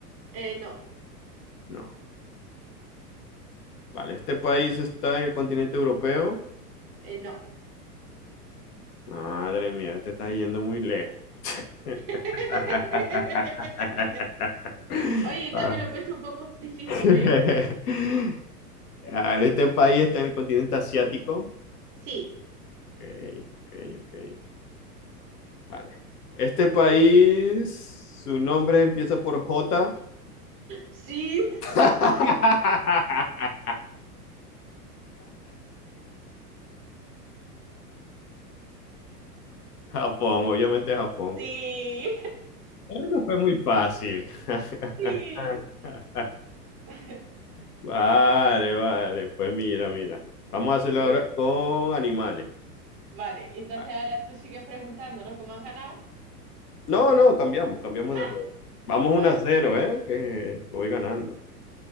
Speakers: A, on the right (about 15°); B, on the left (about 70°).
A: eh, no,
B: No. Vale, este país está en el continente europeo.
A: eh, no.
B: Madre mía, te estás yendo muy lejos.
A: <laughs>
B: <laughs>
A: Oye,
B: Ah.
A: también lo he puesto un poco difícil,
B: <laughs>
A: ¿eh?
B: Vale, este país está en el continente asiático.
A: Sí,
B: Ok, ok, ok. Vale. Este país, su nombre empieza por J.
A: sí,
B: <laughs> Japón, obviamente Japón.
A: sí,
B: Eso fue muy fácil.
A: <laughs> sí.
B: <laughs>
A: <laughs>
B: Vale, vale. Pues mira, mira. Vamos a hacerlo
A: Bueno,
B: ahora con animales.
A: vale, entonces
B: Vale.
A: ahora tú sigues preguntando, ¿no? ¿Cómo has ganado?
B: No, no, cambiamos, cambiamos
A: Ah,
B: de rol. Vamos
A: vale,
B: 1 a 0, ¿eh? Que, que voy ganando.